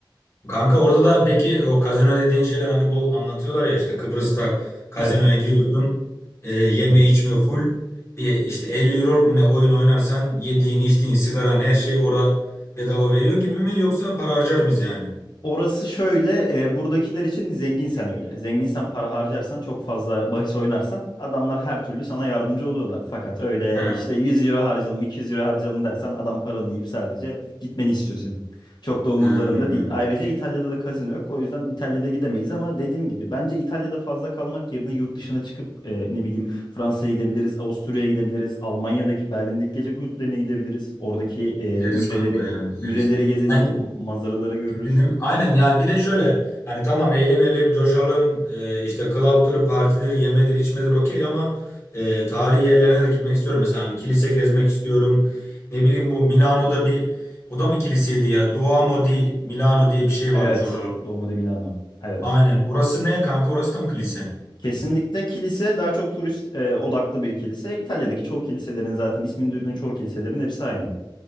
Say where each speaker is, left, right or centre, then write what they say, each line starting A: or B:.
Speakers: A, on the left (about 35°); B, on the left (about 60°).
A: Kanka orada da peki o kazino dediğin şeyler hani bu anlatıyorlar ya işte Kıbrıs'ta kazinoya
B: Evet.
A: giriyorsun e, yeme
B: <laughs>
A: içme full bir işte 50 euroluk mu ne oyun oynarsan yediğin içtiğin sigaran her şey orada bedava veriyor gibi mi yoksa para harcar mıyız yani?
B: Orası şöyle, e, buradakiler için zenginsen öyle. Zenginsen para harcarsan, çok fazla bahis oynarsan adamlar her türlü sana yardımcı oluyorlar. Fakat öyle
A: He,
B: işte 100 euro harcayalım, 200 euro harcayalım dersen adam paranı yiyip sadece gitmeni istiyor senin. Çok da umurlarında
A: he.
B: değil. Ayrıca İtalya'da da kazino yok. O yüzden İtalya'da gidemeyiz ama dediğim gibi bence İtalya'da fazla kalmak yerine yurt dışına çıkıp e, ne bileyim Fransa'ya gidebiliriz, Avusturya'ya gidebiliriz, Almanya'daki Berlin'deki gece kulüplerine gidebiliriz. Oradaki e,
A: Gideriz
B: müzeleri
A: kanka ya gideriz.
B: müzeleri gezeriz,
A: Sen,
B: manzaraları görürüz.
A: Dinledim. Aynen ya bir de şöyle hani tamam eğlenelim, coşalım, e, işte club'dır, partidir, yemedir, içmedir okey ama e, tarihi yerlerine de gitmek istiyorum. Mesela hani kilise gezmek istiyorum. Ne bileyim bu Milano'da bir o da mı kiliseydi ya? Duomo di Milano diye bir şey
B: Evet.
A: varmış orada.
B: Duomo di Milano. Evet.
A: Aynen. Orası ne kanka? Orası da mı kilise?
B: Kesinlikle kilise daha çok turist e, odaklı bir kilise. İtalya'daki çoğu kiliselerin zaten ismini duyduğun çoğu kiliselerin hepsi aynı.